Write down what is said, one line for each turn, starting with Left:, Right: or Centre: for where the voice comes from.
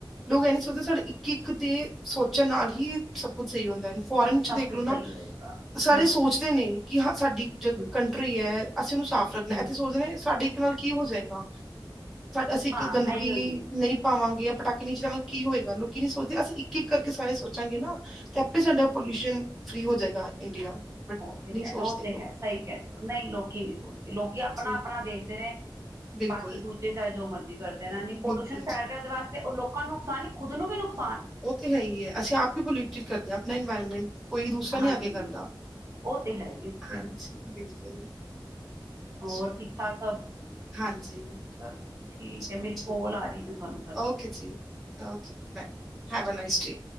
Centre: ਲੋਕ ਇਹ ਨੀ ਸੋਚਦੇ ਸਾਡੇ ਇੱਕ ਇੱਕ ਦੇ ਸੋਚ ਨਾ ਕਿ ਸਭ ਕੁਝ ਹੀ ਸਭ ਕੁਝ ਸਹੀ ਹੁੰਦਾ ਹੈ ਫੋਰਨ
Right: ਸਭ
Centre: ਚ ਦੇਖਲੋ
Right: ਕੁਛ ਸਹੀ
Centre: ਨਾ
Right: ਹੋਏਗਾ
Centre: ਸਾਰੇ
Right: ਹਮ
Centre: ਸੋਚਦੇ ਨੇ ਕਿ ਹਾਂ, ਸਾਡੀ ਜੋ
Right: ਹਮ
Centre: ਕੰਟਰੀ ਹੈ ਅਸੀਂ ਉਹਨੂੰ ਸਾਫ਼ ਰੱਖਣਾ,
Right: ਹਮ
Centre: ਇੱਥੇ ਸੋਚਦੇ ਨੇ ਸਾਡੀ ਨਾਲ ਕੀ ਹੋ ਜਾਏਗਾ, ਅਸੀਂ ਇੱਕ
Right: ਹਾਂ
Centre: ਗੰਦਗੀ
Right: ਆਈ ਹੋਈ
Centre: ਨਹੀਂ, ਪਾਵਾਂਗੇ ਪਟਾਕੇ ਨੀ ਚਲਾਵਾ ਗੇ ਕੀ ਹੋਏਗਾ। ਲੋਕੀ ਨੀ ਸੋਚਦੇ ਅਸੀਂ ਇਕ ਇਕ ਕਰਕੇ ਸਾਰੇ ਸੋਚਾਂਗੇ ਨਾ ਤੇ, ਆਪੇ ਸਾਡਾ ਪੋਲਿਊਸ਼ਨ ਫ਼ਰੀ ਹੋ ਜਾਏਗਾ, ਇੰਡੀਆ ਬਟ
Right: ਔ ਤੇ
Centre: ਨਹੀਂ
Right: ਹੈ।
Centre: ਸੋਚਦੇ
Right: ਔ ਤੇ
Centre: ਲੋਕ
Right: ਹੈ। ਸਹੀ ਕਹਿ ਰਹੇ ਔ ਨਹੀਂ ਲੋਕੀ ਨਹੀਂ ਸੋਚਦੇ ਲੋਕੀ ਆਪਣਾ-ਆਪਣਾ
Centre: ਜੀ
Right: ਦੇਖਦੇ ਨੇ।
Centre: ਬਿਲਕੁਲ
Right: ਬਾਕੀ ਦੂਜੇ ਚਾਹੇ ਜੋ ਮਰਜ਼ੀ ਕਰਦੇ ਰੇਨ, ਇਹ ਪੋਲਿਊਸ਼ਨ
Centre: ਬਿਲਕੁਲ
Right: ਫੈਲ
Centre: ਜੀ
Right: ਰਿਹਾ, ਉਹਦੇ ਵਾਸਤੇ ਉਹ ਲੋਕ ਲੋਕਾ ਨੂੰ ਨੁਕਸਾਨ ਨੀ, ਖੁਦ ਨੂੰ ਵੀ ਨੁਕਸਾ
Centre: ਉਹ ਤੇ ਹੈ ਹੀ ਹੈ ਅਸੀਂ ਆਪ ਹੀ ਪੋਲਿਊਟਡ ਕਰਦੇ ਹਾਂ ਆਪਣਾ ਇਨਵਾਇਰਮੈਂਟ ਕੋਈ ਦੂਸਰਾ ਨੀ
Right: ਹਾਂਜੀ
Centre: ਆ ਕੇ ਕਰਦਾ।
Right: ਉਹ ਤੇ ਹੈ ਹੀ ਫਿਰ
Centre: ਹਾਂਜੀ ਬਿਲਕੁਲ,
Right: ਹੋਰ
Centre: ਚਲੋ
Right: ਠੀਕ ਠਾਕ ਸਭ,
Centre: ਹਾਂਜੀ
Right: ਚਲੋ ਠੀਕ
Centre: ਚਲੋ
Right: ਹੈ ਮੇਰੀ
Centre: ਠੀਕ
Right: ਕੋਲ ਆ ਰਹੀ ਹੈ ਮੈਂ ਤੁਹਾਨੂੰ ਕਰਨੀ
Centre: ਓਕੇ
Right: ਆ।
Centre: ਜੀ okay have a night day